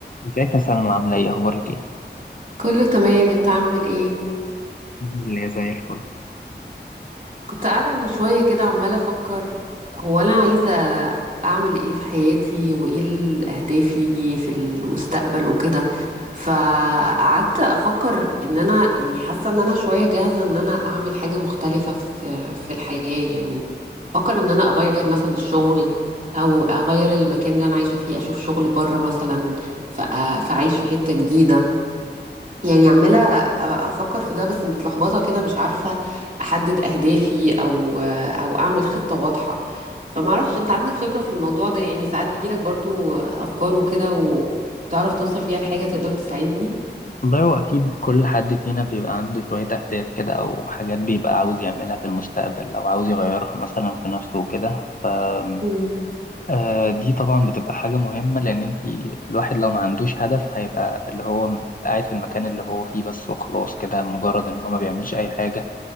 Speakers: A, on the left; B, on the right.
A: ازيك يا سلمى عاملة ايه اخبارك ايه؟
B: كله تمام انت عامل ايه
A: اللي زي الفل
B: كنت قاعدة من شوية كده عمالة افكر هو انا عايزة اعمل ايه في حياتي وايه ال- اهدافي في المستقبل وكده فقعدت افكر ان انا يعني حاسة ان انا شوية جاهزة ان انا اعمل حاجة مختلفة في في الحياة يعني افكر ان انا اغير مثلا الشغل او اغير المكان اللي انا عايشة فيه اشوف شغل بره مثلا فأ- فاعيش في حتة جديدة يعني عمالة أفكر في ده بس متلخبطة كده مش عارفة أحدد أهدافي أو أو أعمل خطة واضحة فمعرفش أنت عندك خبرة في الموضوع ده يعني ساعات بيجيلك برضو أفكار وكده وبتعرف توصل فيها لحاجة تقدر تساعدني
A: والله هو اكيد كل حد فينا بيبقى عنده شوية اهداف كده او حاجات بيبقى عاوز يعملها في المستقبل او عاوز يغيرها مثلا في نفسه وكده أم،
B: مم.
A: آه دي طبعا بتبقى حاجة مهمة لان انت الواحد لو ما عندوش هدف هيبقى اللي هو قاعد في المكان اللي هو فيه بس وخلاص كده مجرد ان هو ما بيعملش اي حاجة